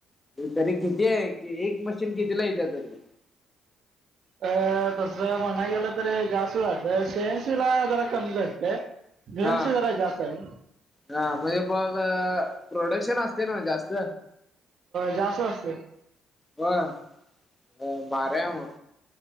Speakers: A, on the left; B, on the right.
A: तरी किती आहे एक मशीन कितीला येत तरी
B: अ तसं म्हणाय गेलं तरी जास्त जातं शेंशी ला जरा कमी घटत बीएम
A: हा
B: सी द जात आहे
A: हा म्हणजे बघ प्रोडक्शन असते ना जास्त
B: जास्त असते
A: ह बार मग